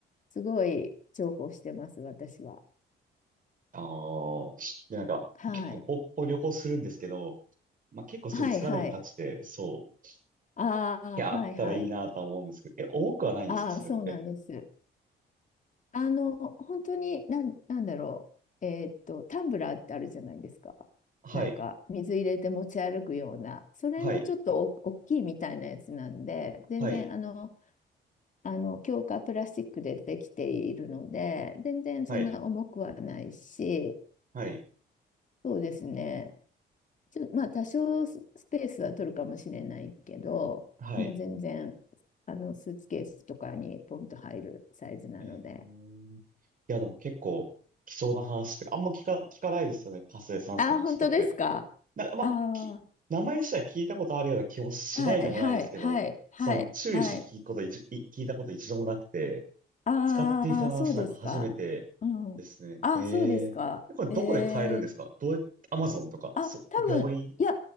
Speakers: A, on the left; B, on the right.
A: すごい重宝してます私は。
B: ああ、で、なんか、
A: はい、
B: 結構ポッポ旅行するんですけど、まあ結構すぐ疲れるたちで、
A: はいはい
B: そう、
A: ああはいはい
B: いや、あったらいいなとは思うんですけど、え、重くはないんですか、
A: ああそうなんです。
B: それって。
A: あの、本当に、なん、なんだろう、えーっと、タンブラーってあるじゃないですか。
B: はい。
A: なんか、水入れて持ち歩くような、それのちょっとお大きいみたいなやつなんで、
B: はい。
A: 全然、
B: はい。
A: あの、あの、強化プラスチックでできているので、全然そんな重くはないし、
B: はい。はい。
A: そうですね。ちょ、まあ、多少ススペースは取るかもしれないけど、
B: はい。
A: もう全然、あの、スーツケースとかにポンと入るサイズなので。
B: えー、いや、でも結構貴重な話って、あんま聞か、聞かないですよね。活性酸素の話とかって。
A: あ、本当ですかあ
B: なんか、まあ、き、名前自体聞いたことあるような気もしないでもないですけど、
A: あー、はいはいはいはいはい。
B: その注意して聞くこと一、い聞いたこと一度もなくて、
A: ああ、
B: 使っていた話なんか初めてですね。
A: そうですか。うん。あ、
B: ええこれどこで買えるんですかどうやって、
A: そうですか。ええ
B: アマゾンとか、
A: あ、
B: そ、
A: 多分、
B: 病院、
A: いや、